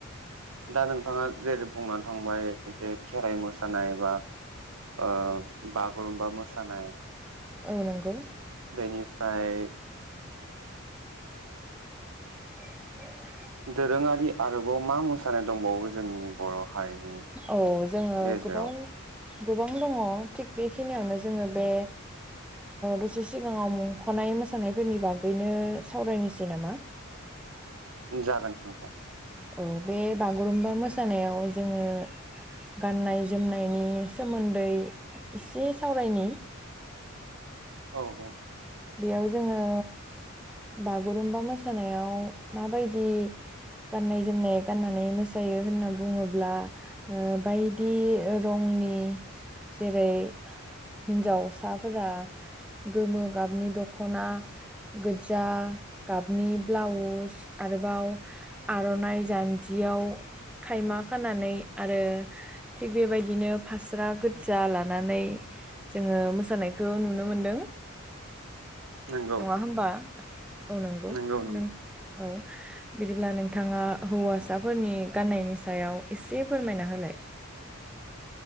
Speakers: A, on the right; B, in the centre.
A: दा नोंथाङा जेरै बुंनानै थांबाय जे खेराइ मोसानाय बा ओ बागुरुमबा मोसानाय
B: औ नंगौ
A: बेनिफ्राय
B: <inaudible>
A: दोरोङारि आरोबाव मा मोसानाय दंबावो जोंनि बर' हारिनि
B: औ जोङो
A: गेजेराव
B: गोबां गोबां दङ थिग बे खिनियावनो जोङो बे दसे सिगाङाव मुंख'नाय मोसानायफोरनि बागैनो सावरायनोसै नामा?
A: जागोन नोंथां
B: औ बे बागुरुम्बा मोसानायाव जोङो गाननाय जोमनायनि सोमोन्दै एसे सावरायनि
A: औ औ
B: बेयाव जोङो बागुरुमबा मोसानायाव माबायदि गाननाय जोमनाय गाननानै मोसायो होनना बुङोब्ला बायदि रंनि जेरै हिन्जावसाफोरा गोमो गाबनि दख'ना गो्जा गाबनि ब्लाउस आरोबाव आर'नाइ जान्जियाव खायमा खानानै आरो थिग बेबायदिनो फास्रा गोजजा लानानै जोङो मोसानायखौ नुनो मोनो।
A: नंगौ
B: नङा होमबा औ नोंगौ
A: नंगौ नंगौ
B: नों औ बिदिब्ला नों नोंथाङा हौवासाफोरनि गाननायनि सायाव एसे फोरमायना होलाय